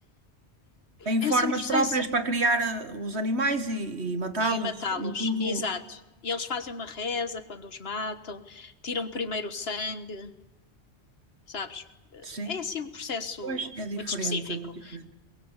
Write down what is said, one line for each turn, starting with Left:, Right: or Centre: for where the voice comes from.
Right: Tem
Left: É,
Right: formas
Left: é assim um processo.
Right: próprias para criar ah, os animais e, e matá-los
Left: E matá-los,
Right: e tudo.
Left: exato. E eles fazem uma reza quando os matam, tiram primeiro o sangue, sabes?
Right: Sim.
Left: É assim um processo
Right: Pois é diferente,
Left: muito específico.
Right: é muito diferente.